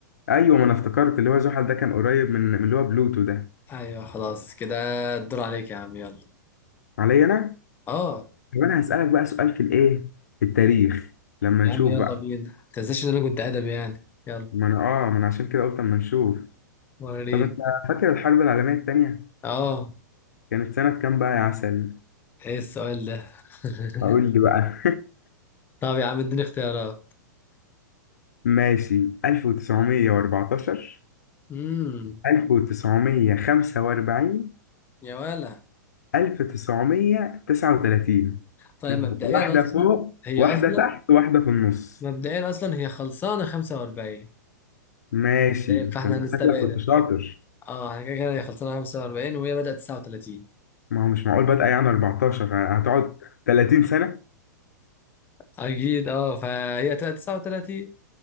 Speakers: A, on the left; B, on the left.
A: ايوه ما انا افتكرت اللي هو زحل ده كان قريب من من اللي هو بلوتو ده
B: ايوه خلاص كده الدور عليك يا عم يلا
A: عليا انا
B: اه
A: طب انا هسألك بقى سؤال في الايه في التاريخ لما
B: يا
A: نشوف
B: عم يلا
A: بقى
B: بينا ما تنساش ان انا كنت ادبي يعني يلا
A: ما انا اه ما انا عشان كده قلت اما نشوف
B: وريني
A: طب انت فاكر الحرب العالمية التانية
B: اه
A: كانت سنة كام بقى يا عسل
B: ايه السؤال ده <laughs>
A: اقول لي بقى
B: طب يا عم اديني اختيارات
A: <laughs> ماشي 1914
B: امم
A: 1945
B: يا ولا
A: 1939
B: طيب مبدئيا
A: واحدة
B: اصلا
A: فوق
B: هي
A: واحدة
B: اصلا
A: تحت واحدة في النص
B: مبدئيا اصلا هي خلصانه 45
A: ماشي
B: طيب
A: ده
B: فاحنا
A: انت
B: هنستبعدها
A: شكلك كنت شاطر
B: اه احنا كده كده هي خلصانه 45 وهي بدات 39
A: ما هو مش معقول بادئة يعني 14 هتقعد 30 سنة
B: اكيد اه فهي تبقى 39